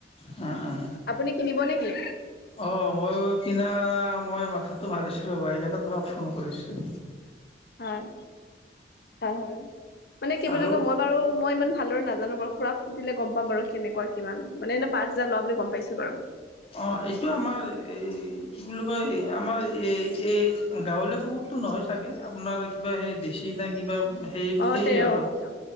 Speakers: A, on the left; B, on the left.
A: উম উম
B: আপুনি কিনিব নেকি
A: অ মই কিনা মই মাথাটো মাৰিছোঁ ৰ'বা সেইকাৰণে তোমাক ফোন কৰিছো
B: হয় হয় হয় মানে কি বুলি
A: আৰু
B: ক মই বাৰু মই ইমান ভালদৰে নাজানো বাৰুৰাক সুধিলে গম পাম বাৰ কেনেকুৱা কিমান মানেনে পাঁচ হাজাৰ লোৱা বুলি গম পাইছো বাৰু
A: অ ', এইটো আমাৰ এই কি বুলি কয় আমাৰ এই এই গাঁৱলীয়া কুকুৰতটো নহয় চাগে আপোনাৰ কিবা সেই দেছি না কিবা সেই
B: অ',
A: সেই
B: অ',
A: আৰু
B: তে